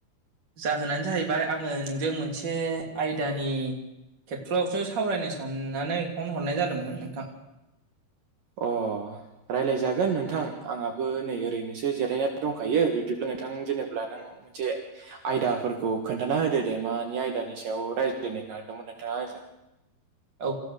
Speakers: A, on the right; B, on the right.
A: जाहोनानो जाहैबाय आङो नोंजों मोनसे आयदानि खेथ्र'आवसो सावरायनो साननानै फन हरनाय जादोंमोन नोंथां।
B: अ रायलायजागोन नोंथां आंहाबो नै ओरैनोसो जिरायनानै दंखायो बिब्दिब्ला। नोंथां जेनेबा नों मोनसे आयदाफोरखौ खोन्थाना होदो दे मानि आयदानि सायाव राय- लायनो नागिरदोंमोन नोंथाङा आंजों
A: औ